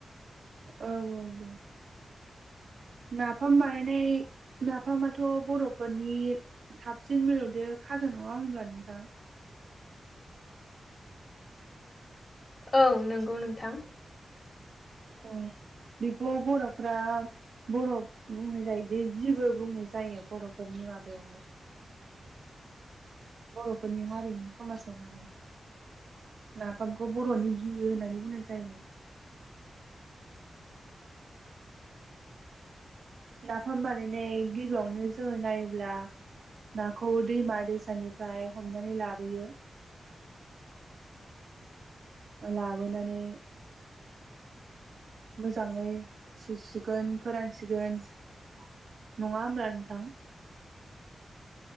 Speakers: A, on the right; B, on the left.
A: औ औ दे। नाफाम बानायनाय नाफामाथ' बर'फोरनि साबसिन मिलौदो खाजा नङा होमब्ला नोंथां?
B: औ नंगौ नोंथां।
A: औ बेखौ बर'फ्रा बर'ब बुंनाय जायोदै गिबो बुंनाय जायो बर'फोरनि माबायावहाय। बर'फोरनि हारिमु समाजावहाय माने। नाफामखौ बर'नि गिहि होननानै बुंनाय जायो। नाफाम बानायनाय गिबियावनो जोङो नायोब्ला नाखौ दैमा दैसानिफ्राय हमनानै लाबोयो लाबोनानै मोजाङै सुसिगोन फोरानसिगोन नङा होमब्ला नोंथां?